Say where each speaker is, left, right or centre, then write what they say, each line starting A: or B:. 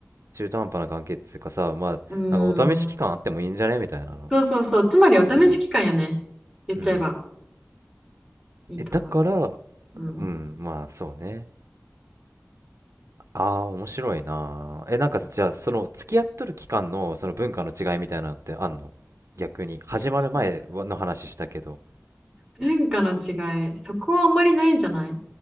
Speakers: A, on the right; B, in the centre.
A: 中途半端な関係っつうかさ、まあ、
B: うん。
A: なんかお試し期間あってもいいんじゃねみたいなの。
B: そうそうそう。つまりお試し期間よね。
A: うん。
B: 言っちゃえば
A: うん。
B: いいと思います。
A: え、だから、
B: うん。
A: うん、まあ、そうね。ああー、面白いな。え、なんか、じゃあ、その、付き合っとる期間の、その文化の違いみたいなのってあんの逆に。始まる前はの話したけど、
B: 付き合う文化の違い。そこはあんまりないんじゃない